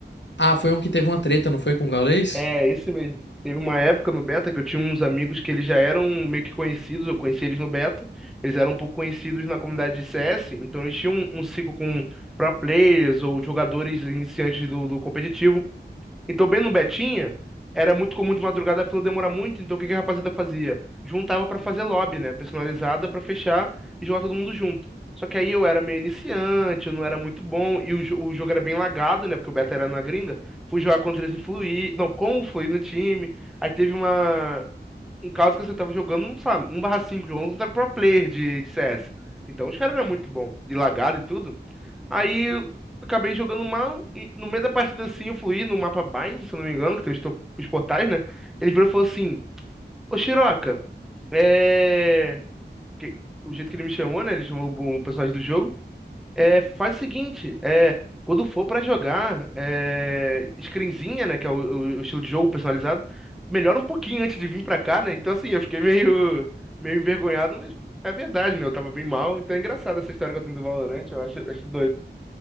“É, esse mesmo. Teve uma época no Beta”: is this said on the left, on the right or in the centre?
Centre